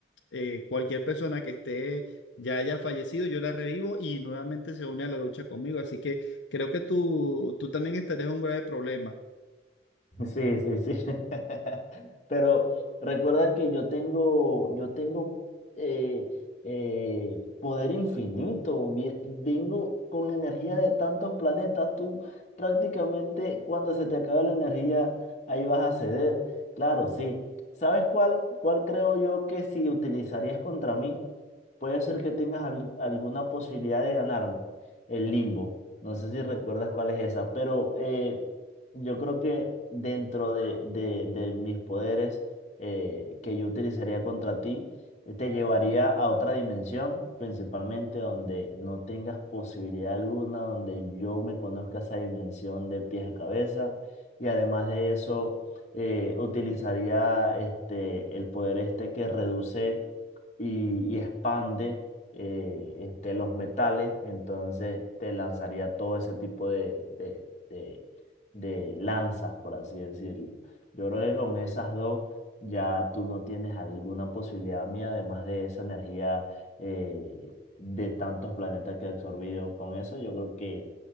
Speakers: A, on the left; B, on the left.
A: eh, cualquier persona que esté ya haya fallecido, yo la revivo y nuevamente se une a la lucha conmigo, así que creo que tú, tú también estarías en un grave problema.
B: Sí, sí, sí. <laughs> Pero recuerda que yo tengo, yo tengo eh, eh, poder infinito. vie- Vengo con energía de tantos planetas. Tú prácticamente cuando se te acabe la energía, ahí vas a ceder. Claro, sí. ¿Sabes cuál, cuál creo yo que si utilizarías contra mí, puede ser que tengas al- alguna posibilidad de ganarme? El limbo. No sé si recuerdas cuál es esa, pero eh, yo creo que dentro de, de- de mis poderes eh, que yo utilizaría contra ti, eh, te llevaría a otra dimensión, principalmente donde no tengas posibilidad alguna, donde yo me conozca esa dimensión de pies a cabeza. Y además de eso, eh, utilizaría este, el poder este que reduce y, y expande eh, este, los metales. Entonces te lanzaría todo ese tipo de, de de lanzas, por así decirlo. Yo creo que con esas dos ya tú no tienes alguna posibilidad mía, además de esa energía eh, de tantos planetas que he absorbido. Con eso yo creo que...